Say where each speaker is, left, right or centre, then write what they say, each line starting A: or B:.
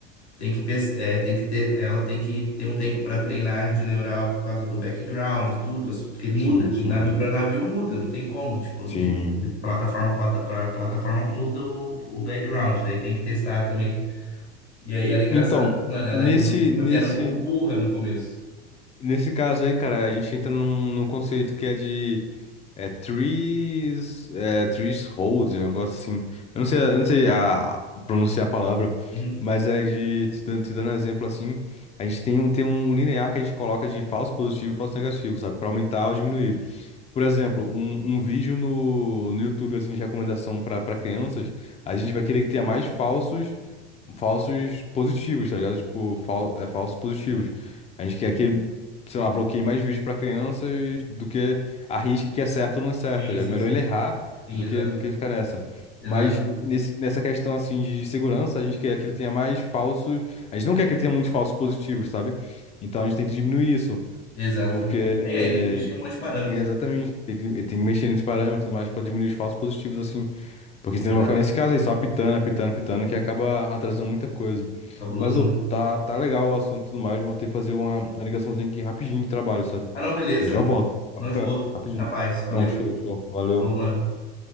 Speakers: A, on the left; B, on the left.
A: Tem que, pes- é, tem que ter, ela tem que ter um tempo para treinar a rede neural por causa do background e tudo, as- porque muda
B: Sim,
A: de
B: sim.
A: navio para navio, muda, não tem como, tipo,
B: Sim.
A: de, de plataforma para plataforma muda o, o background, daí tem que testar também. E aí era engraçado,
B: Então,
A: mano, ela
B: nesse,
A: é muito, tipo
B: nesse,
A: assim, era um pouco burra no começo.
B: nesse caso aí, cara, a gente entra num, num conceito que é de É Trees, é Trees Hold, um negócio assim. Eu não sei, eu não sei a, pronunciar a palavra,
A: Uhum.
B: mas é de te dando, te dando exemplo assim. A gente tem um, tem um linear que a gente coloca de falso positivo e falso negativo, sabe? Para aumentar ou diminuir. Por exemplo, um, um vídeo no, no YouTube assim, de recomendação para crianças, a gente vai querer que tenha mais falsos falsos positivos, tá ligado? Tipo, fal é, falsos positivos. A gente quer que, sei lá, bloqueie mais vídeos pra crianças do que arrisque que é certo ou não é certo,
A: Sim,
B: tá ligado?
A: sim,
B: Melhor
A: sim,
B: ele
A: sim.
B: errar
A: Sim,
B: do
A: exato,
B: que, do que ficar nessa.
A: exato,
B: Mas nesse, nessa questão, assim, de segurança, a gente quer que ele tenha mais falsos... A gente não quer que ele tenha muitos falsos positivos, sabe? Então a gente tem que diminuir isso,
A: exatamente.
B: porque... É,
A: Aí, aí tem que mexer em um monte de parâmetro.
B: é exatamente, tem que, tem que mexer nesse parâmetro e tudo mais pra diminuir os falsos positivos, assim, porque senão
A: Exato,
B: vai ficar nesse caso aí, só apitando, apitando, apitando, que acaba atrasando muita coisa.
A: cabuloso,
B: Mas, ô,
A: né?
B: tá, tá legal o assunto e tudo mais, vou ter que fazer uma, uma ligaçãozinha aqui rapidinho de trabalho, sabe?
A: Ah, não, beleza?
B: Eu já volto. Papo
A: Não de boa,
B: reto, Rapidinho.
A: na paz, valeu,
B: Não, show, show. Valeu.
A: falou, mano.